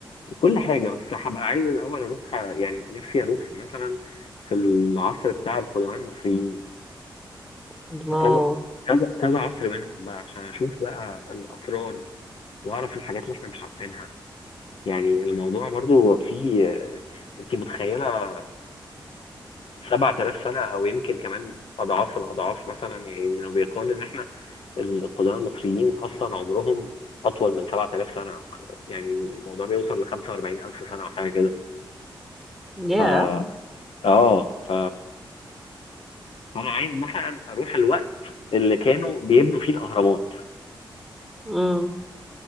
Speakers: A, on the left; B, in the centre.
A: كل حاجة بس هبقى عايز الأول أروح يعني نفسي أروح مثلا في العصر بتاع القدماء المصريين
B: الله
A: في كذا كذا كذا عصر منهم بقى عشان أشوف بقى الأسرار وأعرف الحاجات اللي إحنا مش عارفينها يعني الموضوع برضو فيه أنت متخيلة 7000 سنة أو يمكن كمان أضعاف الأضعاف مثلا يعني إنه بيقال إن إحنا القدماء المصريين أصلا عمرهم أطول من 7000 سنة يعني الموضوع بيوصل ل 45000 سنة أو حاجة كده
B: يا
A: ف اه ف فانا عايز مثلا اروح الوقت اللي كانوا بيبنوا فيه الاهرامات
B: امم